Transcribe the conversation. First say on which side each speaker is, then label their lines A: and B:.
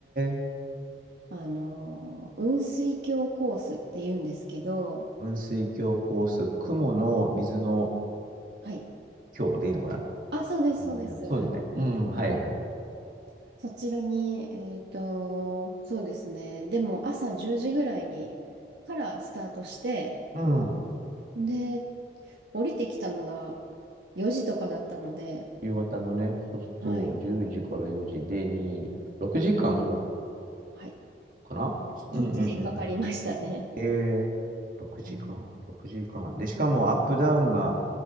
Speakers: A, on the right; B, on the right.
A: え。
B: あの、雲水峡コースって言うんですけど、
A: 雲水峡コース、雲の水の
B: はい。
A: 峡でいいのかなあの辺。
B: あ、そうです、そうです。
A: そうだよね。うん、はいはい。
B: はい。そちらに、えっと、そうですね。でも朝10時ぐらいにからスタートして、
A: うん。
B: で、降りてきたのが4時とかだったので、
A: 夕方のね、そうすると、
B: はい、
A: 10時から4時でに6時間かん
B: はい、
A: かなうんうんうんうん。
B: きっちりかかりましたね。
A: ええ6時間、
B: うん
A: 6時間。で、しかもアップダウンが